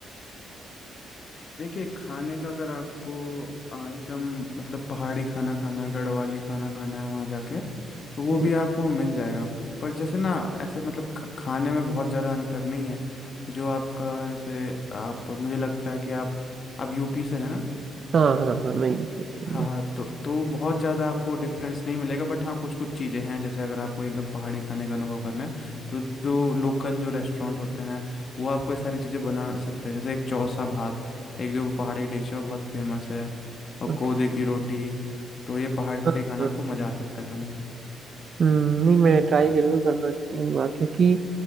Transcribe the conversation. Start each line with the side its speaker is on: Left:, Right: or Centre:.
Left: देखिए खाने का अगर आपको आ, एकदम मतलब पहाड़ी खाना खाना है गढ़वाली खाना खाना है वहाँ जाके तो वो भी
Right: जी
Left: आपको मिल जाएगा पर जैसे ना ऐसे मतलब ख- खाने में बहुत ज़्यादा अंतर नहीं है जो आपका जैसे आप मुझे लगता है कि आप आप यूपी से है ना
Right: हाँ हाँ हाँ मैं यूपी से हूँ
Left: हाँ हाँ तो तो बहुत ज़्यादा आपको डिफरेंस नहीं मिलेगा बट हाँ कुछ कुछ चीज़ें हैं जैसे अगर आपको एकदम पहाड़ी खाने का अनुभव करना है तो जो लोकल जो रेस्टोरेंट होते हैं वो आपको ये सारी चीज़ें बना सकते हैं जैसे एक चौसा भात एक जो पहाड़ी डिश है वो बहुत फेमस है और कोदे
Right: ओके
Left: की रोटी तो ये पहाड़ी
Right: हाँ
Left: खाना
Right: हाँ
Left: आपको मज़ा आ सकता है खाने में
Right: हम्म, नहीं मैं ट्राई जरूर करना चाहूंगा क्योंकि